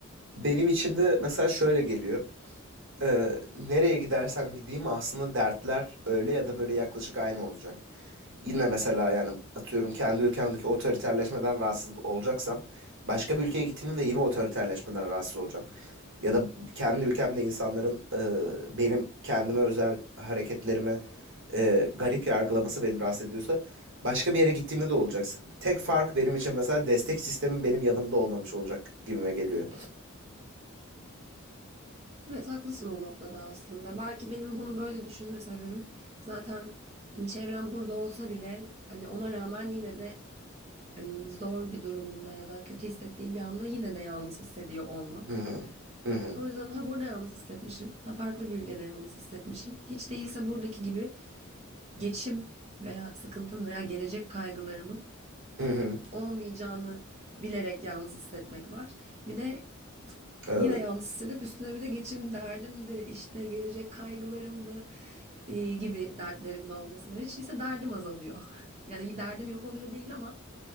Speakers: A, on the right; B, on the right.
A: Benim içimde mesela şöyle geliyor. Ee, nereye gidersem gideyim aslında dertler öyle ya da böyle yaklaşık aynı olacak. Yine mesela yani atıyorum kendi ülkemdeki otoriterleşmeden rahatsız olacaksam başka bir ülkeye gittiğimde de yine otoriterleşmeden rahatsız olacağım. Ya da kendi ülkemde insanların e, benim kendime özel hareketlerime e, garip yargılaması beni rahatsız ediyorsa başka bir yere gittiğimde de olacak. Tek fark benim için mesela destek sistemin benim yanımda olmamış olacak gibime geliyor.
B: Evet haklısın o noktada aslında. Belki benim bunu böyle düşünme sebebim zaten hani çevrem burada olsa bile hani ona rağmen yine de hani zor bir durumumda ya da kötü hissettiğim bir anda yine de yalnız hissediyor olmam.
A: Hı hı. Hı hı.
B: O yüzden ha burada yalnız hissetmişim, ha farklı bir ülkede yalnız hissetmişim. Hiç değilse buradaki gibi geçim veya sıkıntım veya gelecek kaygılarımın
A: Hı hı.
B: olmayacağını bilerek yalnız hissetmek var. Bir de
A: Evet.
B: Yine yalnız hissedip üstüne bir de geçim derdim de işte gelecek kaygılarım da e, gibi dertlerim de olması var. Hiç değilse derdim azalıyor. <laughs> Yani derdim yok oluyor değil ama